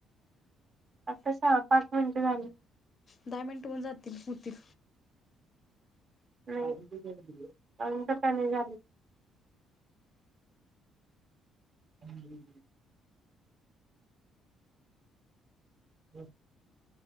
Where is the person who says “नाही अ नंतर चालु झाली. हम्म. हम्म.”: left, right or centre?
Right